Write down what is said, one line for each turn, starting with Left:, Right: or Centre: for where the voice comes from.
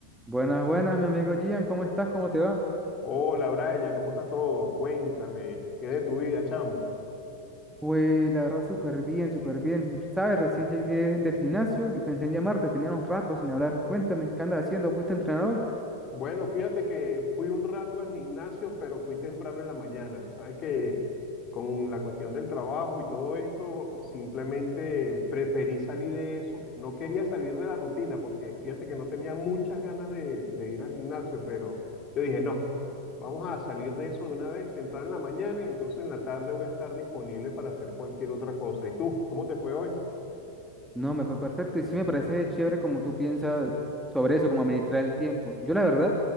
Centre: Buenas, buenas, mi amigo Gian, ¿cómo estás? ¿Cómo te va?
Left: Hola Brian, ¿cómo está todo? Cuéntame, ¿qué de tu vida, chamo?
Centre: Pues la verdad, súper bien, súper bien. Sabes, recién llegué del gimnasio y pensé en llamarte, teníamos rato sin hablar. Cuéntame, ¿qué andas haciendo? ¿Fuiste a entrenar hoy?
Left: Bueno, fíjate que fui un rato al gimnasio, pero fui temprano en la mañana. Sabes que con la cuestión del trabajo y todo esto, simplemente preferí salir de eso. No quería salir de la rutina porque fíjate que no tenía muchas ganas de, de ir al gimnasio, pero yo dije, no, vamos a salir de eso de una vez temprano en la mañana y entonces en la tarde voy a estar disponible para hacer cualquier otra cosa. ¿Y tú, cómo te fue hoy?
Centre: No, me fue perfecto y sí me parece chévere como tú piensas sobre eso, como administrar el tiempo. Yo la verdad,